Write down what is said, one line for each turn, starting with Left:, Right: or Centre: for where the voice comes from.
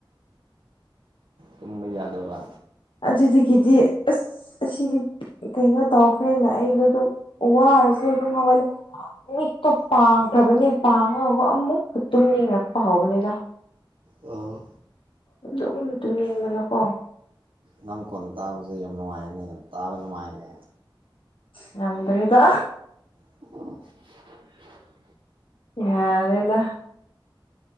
Right: <inaudible> ꯃꯨꯝꯕꯩ ꯌꯥꯗꯕ
Left: ꯑꯗꯨꯗꯒꯤꯗꯤ ꯑꯁ ꯑꯁꯤꯗꯤ ꯀꯩꯅꯣ ꯇꯧꯈ꯭ꯔꯦꯅ ꯑꯩꯗꯣ ꯑꯗꯨꯝ ꯋꯥꯔꯁꯨ ꯑꯗꯨꯝ ꯍꯧꯒꯠꯂꯦ ꯃꯤꯛꯇꯣ ꯄꯥꯡꯈ꯭ꯔꯕꯅꯤ ꯄꯥꯡꯉꯒꯒ ꯑꯃꯨꯛꯀ ꯇꯨꯝꯅꯤꯡꯉꯔꯛꯄ ꯍꯧꯕꯅꯤꯗ
Right: ꯑꯥ
Left: ꯑꯗꯨꯝ ꯇꯨꯝꯅꯤꯡꯕꯅꯀꯣ
Right: ꯅꯪ ꯀꯣꯟ ꯇꯥꯕꯁꯦ ꯌꯥꯝ ꯅꯨꯡꯉꯥꯏꯅꯦ ꯌꯥꯝ ꯇꯥꯕ ꯅꯨꯡꯉꯥꯏꯅꯦ
Left: ꯉꯝꯗ꯭ꯔꯦꯗ
Right: <inaudible>
Left: ꯌꯥꯔꯦꯗ